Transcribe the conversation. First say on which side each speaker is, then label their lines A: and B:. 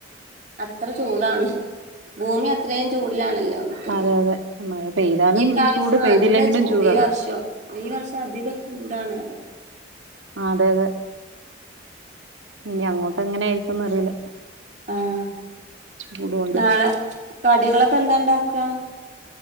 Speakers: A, on the right (about 40°); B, on the right (about 80°).
A: അത്ര ചൂടാണ് ഭൂമി അത്രയും ചൂടിലാണല്ലോ നിക്കുന്നത്
B: അതെ അതെ മഴ പെയ്താലും
A: ഈ പ്രാവശ്യം
B: ചൂട് പെയ്തില്ലെങ്കിലും
A: നല്ല ചൂട്
B: ചൂടാണ്
A: ഈ വർഷം ഈ വർഷം അധികം ചൂടാണ്റിയ.
B: ആഹ് അതെ അതെ. ഇനി അങ്ങോട്ട് എങ്ങനെ ആയിരിക്കുംന്ന് അറിയില്ല.
A: ആഹ്
B: ചൂട് കൊണ്ട്
A: നാളെ കടികളൊക്കെ എന്താണ്ടാക്കാ.